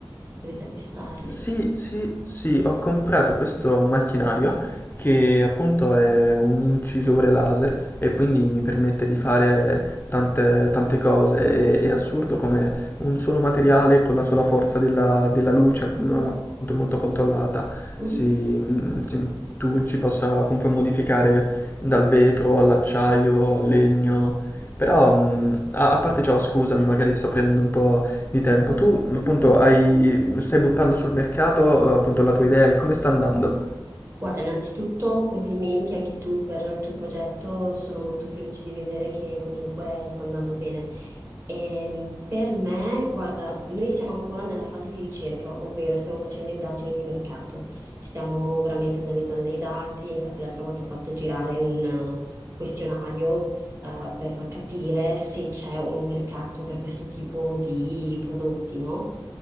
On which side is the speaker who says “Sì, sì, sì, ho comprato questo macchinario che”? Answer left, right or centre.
Left